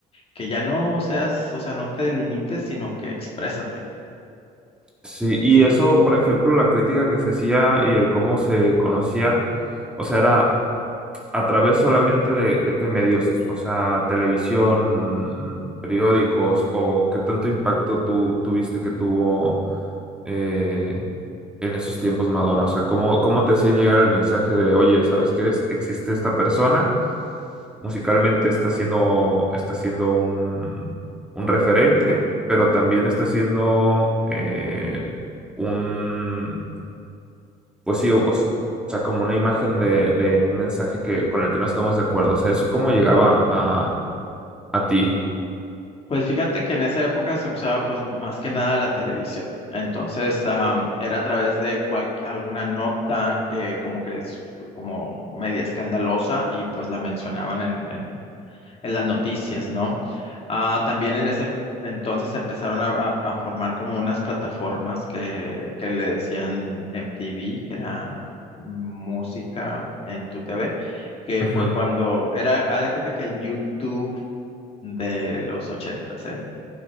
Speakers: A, on the left; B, in the centre.
A: que ya no seas, o sea, no te limites, sino que exprésate.
B: Sí, y eso, por ejemplo, la crítica que se hacía y el cómo se conocía, o sea, era a través solamente de, de qué medios, es- o sea, televisión, mm, periódicos, o qué tanto impacto tú tuviste que tuvo eh, en esos tiempos Madonna, o sea, cómo, cómo te hacían llegar el mensaje de, oye, ¿sabes qué es? Existe esta persona Musicalmente está siendo, está siendo un, un referente, pero también está siendo eh, un, pues sí, o, o sea, como una imagen de, de un mensaje que, con el que no estamos de acuerdo. O sea, ¿eso cómo llegaba a, a ti?
A: Pues fíjate que en esa época se usaba pues más que nada la televisión. Entonces, am, era a través de cual- alguna nota que como que es como media escandalosa y pues la mencionaban en, en en las noticias, ¿no? Ah, también en ese entonces empezaron a, a- a formar como unas plataformas que, que le decían MTV, que era música en tu TV, que
B: Ujú.
A: fue cuando era, haz de cuenta que el YouTube de los ochentas, eh.